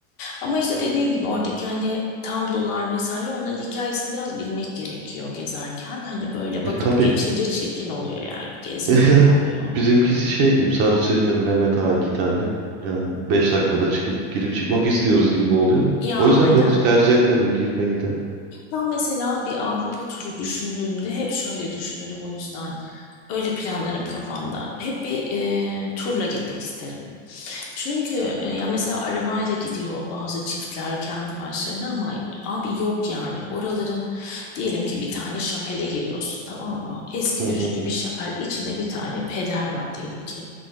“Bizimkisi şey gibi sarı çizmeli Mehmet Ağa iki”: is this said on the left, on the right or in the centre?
Right